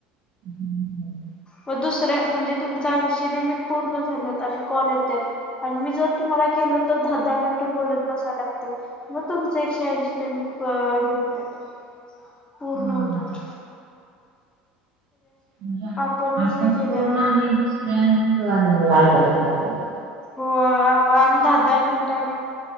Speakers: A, on the right; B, on the left.
A: हम्म,
B: म दुसऱ्या म्हणजे तुमच ऐंशी लमिट पूर्ण झाल्यात आणि कॉल येत्यात. आणि मी जर तुम्हाला केल तर दहा दहा मिनिट बोलत बसाया लागते, मग तुमच एकशे ऐंशी लिमिट हे होत्यात पूर्ण
A: हा.
B: होत्यात.
A: म्हणजे
B: आपणच
A: आपण
B: हे केलेलं
A: कोरोना
B: बर.
A: आणि दुसऱ्याच आणि ऐकत बसायला पाहिजे,
B: हो आपण दहा दहा मिनिटांने